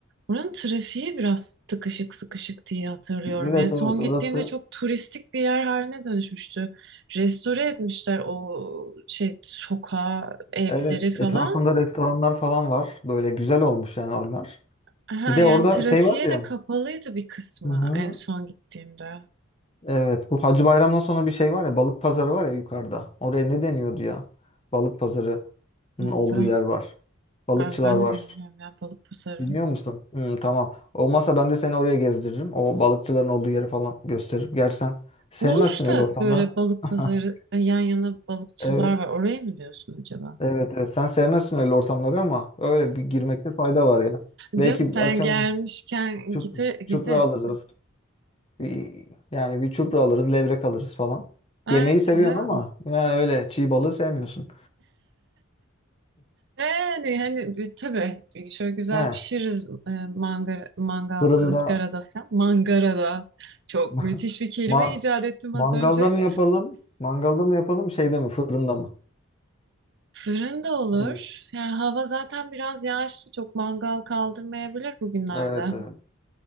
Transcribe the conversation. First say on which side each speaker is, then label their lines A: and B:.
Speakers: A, on the right; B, on the left.
A: Buranın trafiği biraz tıkışık sıkışık diye hatırlıyorum.
B: Evet
A: En son
B: evet orası
A: gittiğimde çok turistik bir yer haline dönüşmüştü. Restore etmişler o şey sokağı, evleri
B: evet
A: falan.
B: etrafında restoranlar falan var. Böyle güzel olmuş yani oralar.
A: Ha,
B: Bir de
A: yani
B: orada
A: trafiğe
B: şey var
A: de
B: ya.
A: kapalıydı bir kısmı
B: Hı hı.
A: en son gittiğimde.
B: Evet, bu Hacı Bayram'dan sonra bir şey var ya balık pazarı var ya yukarıda. Oraya ne deniyordu ya? Balık pazarının
A: Onda.
B: olduğu yer var. Balıkçılar
A: Abi ben
B: var.
A: de bilmiyorum ya balık pazarı.
B: Bilmiyor musun? Hı, tamam. Olmazsa ben de seni oraya gezdiririm. O balıkçıların olduğu yeri falan gösteririm. Gerçi sen sevmezsin
A: Ulus'ta
B: öyle ortamları.
A: böyle balık
B: <laughs>
A: pazarı yan yana balıkçılar
B: Evet,
A: var. Orayı mı diyorsun acaba?
B: evet, evet. Sen sevmezsin öyle ortamları ama öyle bir girmekte fayda var ya. Belki
A: Canım sen
B: akşam
A: gelmişken
B: için çup,
A: gide,
B: çupra
A: gideriz.
B: alırız. Bir- Yani bir çupra alırız, levrek alırız falan.
A: Ha,
B: Yemeği seviyorsun
A: güzel
B: ama yani öyle çiğ balığı sevmiyorsun.
A: Yani hani bir- tabii şöyle güzel
B: He,
A: pişiririz e, mangara, mangalda,
B: fırında
A: ızgarada falan. Mangarada çok
B: <laughs>
A: müthiş bir kelime
B: ma
A: icat ettim
B: mangalda
A: az önce.
B: mı yapalım? Mangalda mı yapalım? Şeyde mi? Fırında mı?
A: Fırında olur.
B: Ne bileyim.
A: Yani hava zaten biraz yağışlı. Çok mangal kaldırmayabilir bugünlerde.
B: Evet, evet.